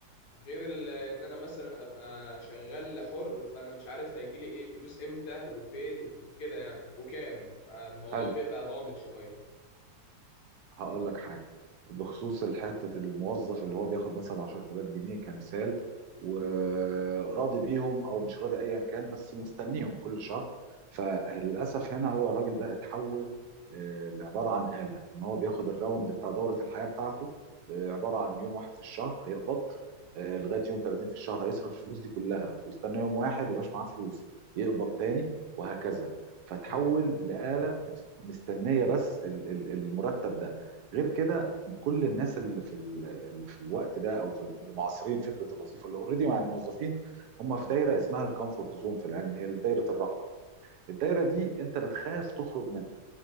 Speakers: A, on the left; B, on the right.
A: غير ال- ان انا مثلا ابقى شغال حر فانا مش عارف هيجي لي ايه فلوس امتى وفين وكده يعني وكام فالموضوع
B: حلو
A: بيبقى غامض شويه
B: هقول لك حاجه بخصوص الحته الموظف اللي هو بياخد مثلا 10000 جنيه كمثال وراضي بيهم او مش راضي ايا كان بس مستنيهم كل شهر فللاسف هنا هو الراجل ده اتحول آه، لعباره عن آلة ان هو بياخد الراوند بتاع دوره الحياه بتاعته آه، عباره عن يوم واحد في الشهر هيقبض آه، لغايه يوم 30 في الشهر هيصرف الفلوس دي كلها ويستنى يوم واحد يبقاش معاه فلوس يقبض تاني وهكذا فتحول
A: ايوه
B: لآلة مستنيه بس ال- ال- المرتب ده. غير كده كل الناس اللي في ال- اللي في الوقت ده او في ال- اللي معاصرين فكره الوظيفه اللي اوريدي يعني موظفين هم في دايره اسمها الكومفورت زون في العلم هي دايره الراحه الدايره دي انت بتخاف تخرج منها